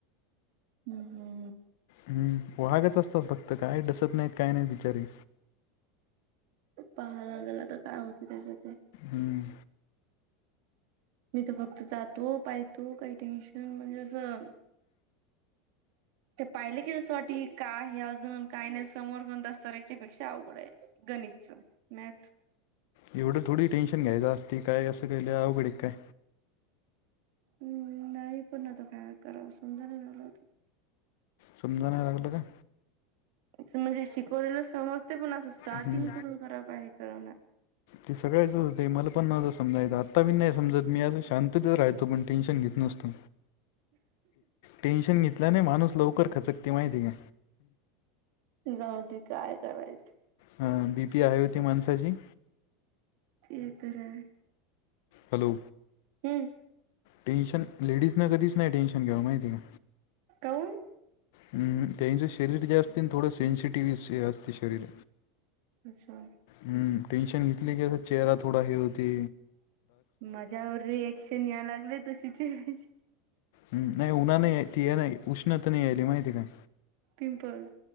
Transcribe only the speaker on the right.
हम् हम
पहायला गेला तर काय होत त्याच्या ते
मी तर जातो पाहतो म्हणजे टेन्शन म्हणलं तर ते पाहिले की जसं वाट काय हे अजून काय नाही समोर स दसतऱ्याच्या पेक्षा अवघड आहे. गणितच मॅथ
हम्म नाही पुन्हा त काय करावं समजाणलाता
म्हणजे शिकवलेलं समजते पण असं स्टार्टिंग
करून खराक आहे करवणार
जाऊ दे काय करायचं
ते तररकाय आहे.
हम्म
कौण....
अच्छा...
माझ्यावर रिएक्शन या लागले तशीज...
पिंपल....